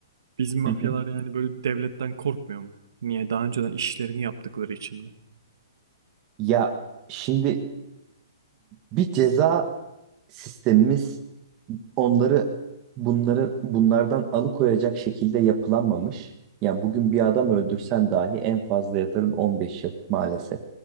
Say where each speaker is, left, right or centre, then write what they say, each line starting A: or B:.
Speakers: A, on the right; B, on the right.
A: Bizim mafyalar
B: Hı hı.
A: yani böyle devletten korkmuyor mu? Niye? Daha önceden işlerini yaptıkları için mi?
B: Ya şimdi bir ceza sistemimiz onları bunları bunlardan alıkoyacak şekilde yapılanmamış. Ya bugün bir adam öldürsen dahi en fazla yatarın 15 yıl maalesef.